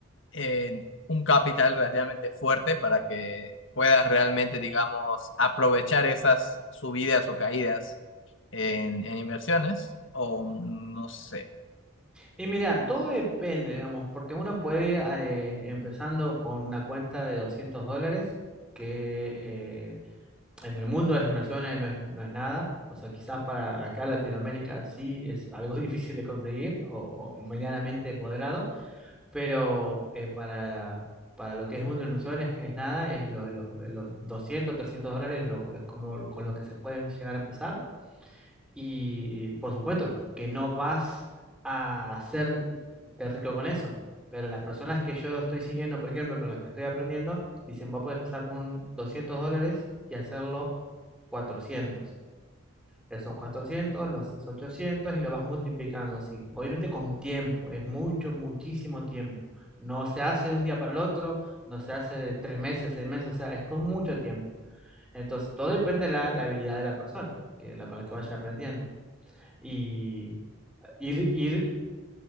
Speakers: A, on the left (about 60°); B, in the centre.
A: eh, un capital relativamente fuerte para que puedas realmente, digamos, aprovechar esas subidas o caídas en, en inversiones, o no sé.
B: Y mira, todo depende, digamos, porque uno puede ir eh, empezando con una cuenta de 200 dólares, que eh, en el mundo de las inversiones no es, no es nada. O sea, quizás para acá Latinoamérica sí es algo <laughs> difícil de conseguir o, o medianamente moderado, pero eh, para, para lo que es el mundo de las inversiones es nada, es los 200 300 dólares lo, es como lo- con lo que se puede llegar a empezar. Y por supuesto que no vas a hacerte rico con eso, pero las personas que yo estoy siguiendo, por ejemplo, con las que estoy aprendiendo, dicen, vos podés empezar con 200 dólares y hacerlo cuatrocientos Esos 400 lo haces 800 y lo vas multiplicando así. Obviamente con tiempo, es mucho, muchísimo tiempo. No se hace de un día para el otro, no se hace de tres meses, seis meses, o sea, es con mucho tiempo. Entonces, todo depende de la, la habilidad de la persona que, la, con la que vaya aprendiendo y ir, ir